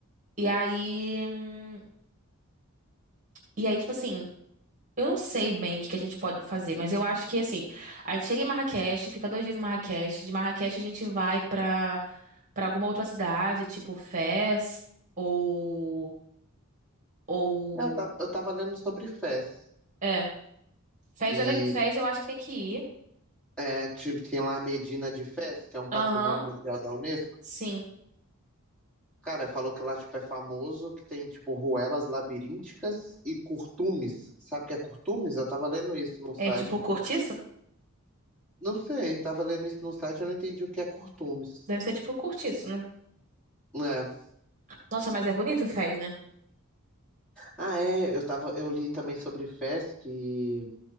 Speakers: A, on the right (about 35°); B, in the centre.
A: E aí, hum, e aí, tipo assim, eu não sei bem o que que a gente pode fazer, mas eu acho que assim, a gente chega em Marrakech, fica dois dias em Marrakech, de Marrakech a gente vai pra para alguma outra cidade, tipo Fez ou ou
B: Eu tava, eu tava lendo sobre Fez,
A: é, Fez,
B: que
A: é le- Fez eu acho que tem que ir.
B: é, tipo, tem lá a Medina de Fez, que é um patrimônio
A: Aham,
B: mundial da Unesco.
A: sim.
B: Cara, falou que lá, tipo, é famoso, que tem, tipo, ruelas labirínticas e curtumes. Sabe o que é curtumes? Eu tava lendo isso num
A: É
B: site.
A: tipo cortiço?
B: Não sei, tava lendo isso no site, eu não entendi o que é curtumes.
A: Deve ser tipo cortiço, né?
B: É.
A: Nossa, mas é bonito Fez, né?
B: Ah, é, eu tava, eu li também sobre fés que,